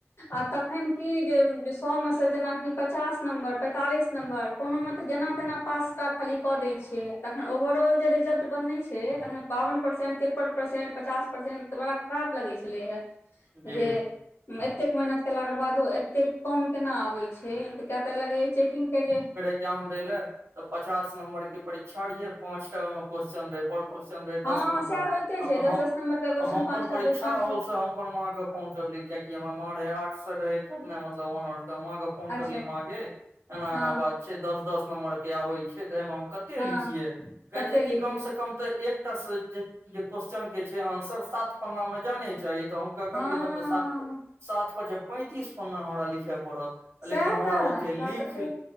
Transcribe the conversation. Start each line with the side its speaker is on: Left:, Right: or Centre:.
Left: आ तखन की जे सएमेसँ जेनाकि पचास नम्बर पैंतालीस नंबर कोनोमे तऽ जेना तेना पास टा खाली कऽ दै छै तखन ओवरऑल जे रिजल्ट बनने छै तखन बावन परसेंट तिरपन परसेंट पचास परसेंट तऽ बड़ा खराब लगे छले हेय
Right: जी
Left: जे एतेक मेहनत केलाके बादो एतेक कम केना आबै छैऽ कए तऽ लगैएा चेकिंगके जे
Right: ए्जाम दऽ ले तऽ पचास नम्बर के परीक्षा रहियै पांच टा ओहिमे क्वेस््चन देे पर क्वेेश्चन दे
Left: हँ
Right: दस नम्बर
Left: सएह होइते छै दस
Right: हम
Left: दस नम्बर के क्वेश्चन
Right: अपन
Left: पाँचटा
Right: परीक्षा
Left: बेर पाँचटा
Right: हॉल सऽ हम अपन माँ कऽ फोन करली कियाकि हमर माँ रहे आठ से रहे करना मतलब ऑनर त माँ के फोन
Left: अच्छा
Right: करलि माँ एना
Left: हँ
Right: एना बात छै दस दस नं्बर के आबे छै तऽ एहिमे हम कत कते
Left: हँ
Right: लिखिए कहै
Left: कते
Right: छै
Left: लिखी
Right: कि कम से कम तऽ एकटा से जे क्वेश्चनके छै आंसर सात पन्नामे जाने चाही तऽ हम कऽ कहलियै
Left: हँ
Right: तब तऽ सात सात पचे पैंतीस पन्ना हमरा लिखए पड़त
Left: सएह
Right: लेकिन हमरा
Left: तऽ
Right: ओते लिख
Left: सेह तऽ पू